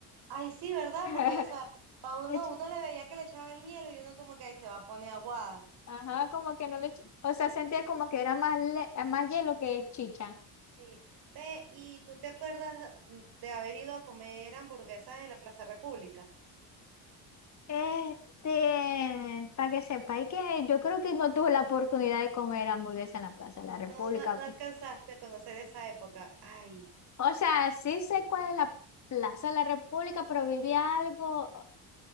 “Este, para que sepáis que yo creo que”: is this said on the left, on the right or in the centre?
Left